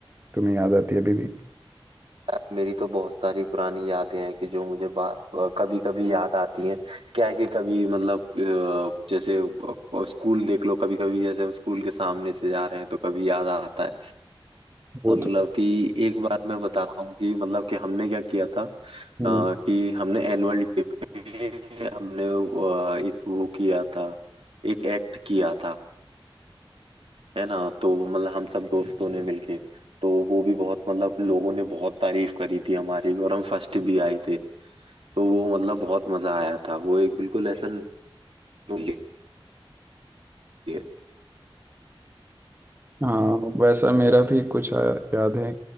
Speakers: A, on the right; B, on the right.
A: तुम्हें याद आती है अभी भी
B: यार, मेरी तो बहुत सारी पुरानी यादें हैं कि जो मुझे कभी कभी याद आती हैं क्या है कि कभी मतलब अ, जैसे अ, स्कूल देख लो कभी कभी जैसे हम स्कूल के सामने से जा रहे हैं तो कभी याद आता है
A: वो
B: मतलब
A: तो
B: कि एक बार मैं बताता हूँ कि मतलब कि हमने क्या किया था
A: हम्म,
B: अ, कि हमने एनुअल डे पे हमने अ, एक वो किया था एक एक्ट किया था है ना तो वो मतलब हम सब दोस्तों ने मिलके तो वो भी बहुत मतलब लोगों ने बहुत तारीफ करी थी हमारी और हम फर्स्ट भी आए थे तो वो मतलब बहुत मजा आया था वो एक बिल्कुल ऐसा नोट है।
A: हाँ वैसा मेरा भी कुछ आ- याद है